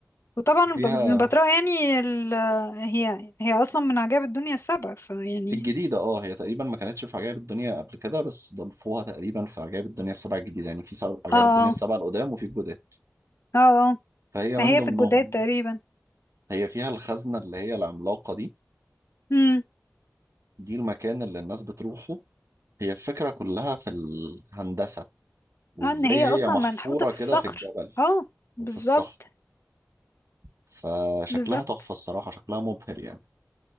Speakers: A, on the left (about 55°); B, on the right (about 70°).
A: وطبعا
B: فيها
A: الب- البتراء يعني ال... هي هي اصلا من عجائب الدنيا السبع فيعني
B: الجديدة اه هي تقريبا ما كانتش في عجائب الدنيا قبل كده بس ضافوها تقريبا في عجائب الدنيا السبعة الجديدة يعني في سبع عجائب
A: اه
B: الدنيا السبعة القدام وفي الجداد
A: اه اه
B: فهي
A: فهي
B: من ضمنهم
A: في الجداد تقريبا
B: هي فيها الخزنة اللي هي العملاقة دي
A: امم
B: دي المكان اللي الناس بتروحه هي الفكرة كلها في الهندسة وازاي
A: اه ان هي
B: هي
A: اصلا
B: محفورة
A: منحوتة في
B: كده
A: الصخر
B: في الجبل
A: اه بالظبط
B: وفي الصخر فشكلها
A: بالظبط
B: تحفة الصراحة شكلها مبهر يعني